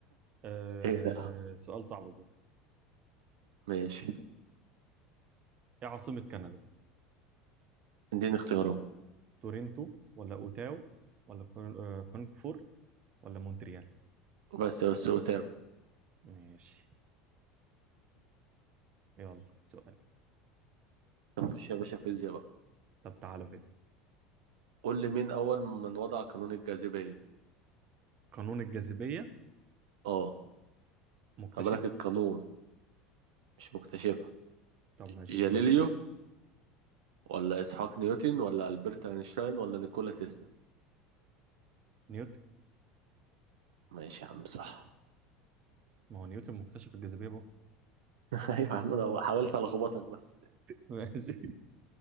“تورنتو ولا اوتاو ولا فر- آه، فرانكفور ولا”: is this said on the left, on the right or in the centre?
Right